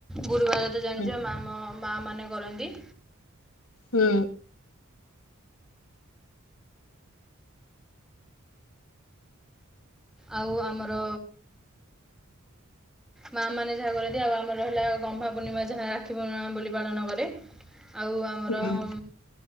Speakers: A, in the centre; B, on the left.
A: ଗୁରୁବାର ତ ଜାଣିଚ
B: ହୁଁ
A: ମାମ ମା ମାନେ କରନ୍ତି।
B: ହୁଁ।
A: ଆଉ ଆମର ମା ମାନେ ଯାହା କରନ୍ତି ଆଉ ଆମର ହେଲା ଗହ୍ମା ପୂର୍ଣ୍ଣିମା ଯାହା ରାକ୍ଷୀ ପୂର୍ଣ୍ଣିମା ବୋଲି ପାଳନ କରେ। ଆଉ ଆମର
B: ହୁଁ
A: ଉଁ